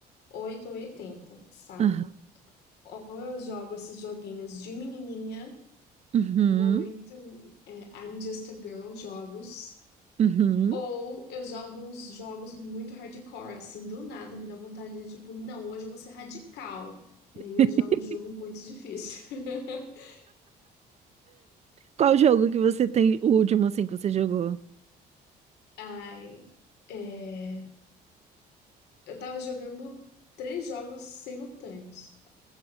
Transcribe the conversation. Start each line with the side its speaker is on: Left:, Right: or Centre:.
Left: 8 ou 80, sabe?
Right: Aham.
Left: Ou eu jogo esses joguinhos de menininha,
Right: Uhum,
Left: muito, é, I'm Just a Girl jogos,
Right: uhum.
Left: Ou eu jogo uns jogos muito hardcore, assim, do nada me dá vontade de, tipo, não, hoje eu vou ser radical. E aí
Right: <laughs>
Left: eu jogo um jogo muito difícil. <laughs>
Right: Qual jogo que você tem, o último assim que você jogou?
Left: Ai, é, eu tava jogando três jogos simultâneos,